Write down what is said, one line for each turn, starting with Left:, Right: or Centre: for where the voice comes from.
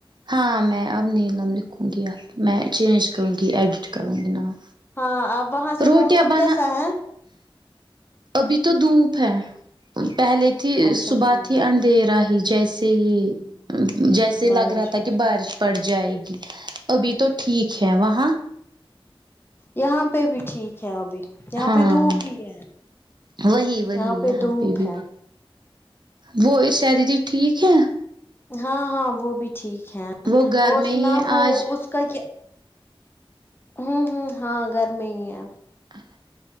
Right: ہاں میں اب نیلم لکھوں گی ا میں چینج کروں گی ایڈٹ کروں گی نام
Left: ہاں اب وہاں سے
Right: روٹیاں
Left: موسم
Right: بنا
Left: کیسا ہے
Right: ابھی تو دھوپ ہے پہلے تھی
Left: اچھا
Right: صبح
Left: ٹھیک
Right: تھی ان دے رہا ہی جیسے ہی جیسے
Left: بارش
Right: لگ رہا تھا
Left: اچھا
Right: کہ بارش پڑ جائے گی ابھی تو ٹھیک ہے وہاں
Left: یہاں پہ بھی ٹھیک ہے ابھی یہاں
Right: ہاں
Left: پہ دھوپ ہی ہے
Right: وہی وہی
Left: یہاں پہ دھوپ
Right: بھی
Left: ہے
Right: وہ ارشاد دیدی ٹھیک ہے
Left: ہاں ہاں وہ بھی ٹھیک ہے
Right: وہ گھر
Left: اور
Right: میں
Left: اس
Right: ہی
Left: نا
Right: ہے
Left: وہ
Right: آج
Left: اس کا کیا ہوں ہوں ہاں گھر میں ہی ہے
Right: ا ہ